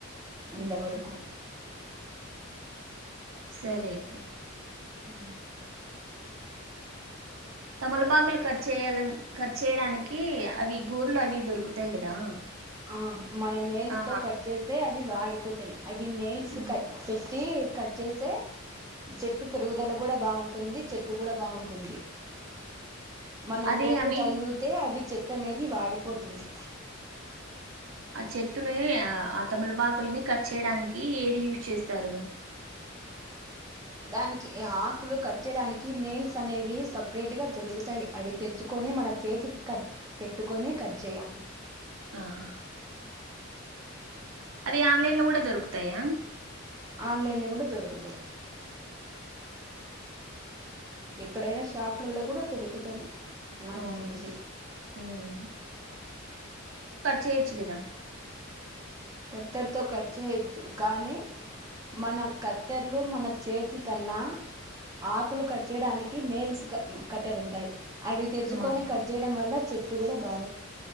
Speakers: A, on the right; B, on the right.
A: ఎంతవరకు
B: ఉమ్ సరే అయితే
A: అ
B: తమలపాకులు ఖర్చు చేయాలని ఖర్చు చేయడానికి అవి గోర్లు అవి దొరుకుతాయి కదా
A: ఆ మన నేల్స్
B: ఆ
A: తో కట్ చేస్తే అవి వాడిపో పతై అవి నెయిల్స్
B: ఉమ్
A: కట్ పెట్టి కట్ చేసే చెట్టు పెరుగుదల కూడా బాగుంటుంది చెట్టు కూడా బాగుంటుంది మన
B: అదే
A: గోడు
B: అవి
A: తగితే అవి చెట్టు అనేది వాడిపోతుంది
B: ఆ చెట్టునే తములపాకుల్ని కట్ చేయడానికి ఏది యూజ్ చేస్తారు
A: దానికి ఆకులు కట్ చేయడానికి నెయిల్స్ అనేవి సపరేట్ గా దొరుకుతాయి అవి తెచ్చుకొని మన చేతికి కట్ పెట్టుకొని కట్ చేయాలి
B: ఆహా అది ఆన్లైన్ లో కూడా దొరుకుతాయా
A: ఆన్లైన్ లో కూడా దొరుకుతాయి ఎక్కడైనా షాపులలో కూడా దొరుకుతవి నాకు
B: ఓన్లీ
A: తెలిసి
B: ఉమ్ చేయిచుకుదా
A: కతెర్తో కట్ చేేయొచ్చు కానీ మన కత్తెర్లు మన చేతి కన్నా ఆకులు కట్ చేయడానికి మేల్స్ కట్టెరు ఉంటాయి. అవి తెరుచ్చుకొని
B: అవును
A: కట్ చేయడం వల్ల చె ఇటు కూడా బాగు